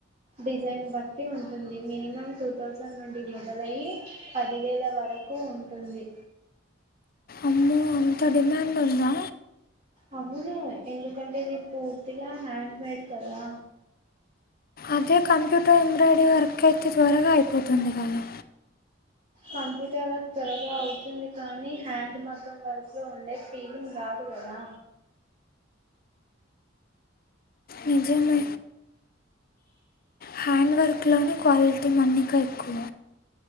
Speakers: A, on the right; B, on the left.
A: డిజైన్ బట్టి ఉంటుంది మినిమం టూ థౌజండ్ నుండి మొదలయ్యి పదివేల వరకు ఉంటుంది
B: అమ్మో అంత డిమాండ్ ఉందా
A: అవును ఎందుకంటే ఇది పూర్తిగా హ్యాండ్ మేడ్ కదా
B: అదే కంప్యూటర్ ఎంబ్రాయిడరీ వర్క్ అయితే త్వరగా అయిపోతుంది కదా
A: కంప్యూటర్ వర్క్ త్వరగా అవుతుంది కానీ హ్యాండ్ మగ్గం వర్క్ లో ఉండే ఫీలింగ్ రాదు కదా
B: నిజమే హ్యాండ్ వర్క్ లోనే క్వాలిటీ మన్నిక ఎక్కువ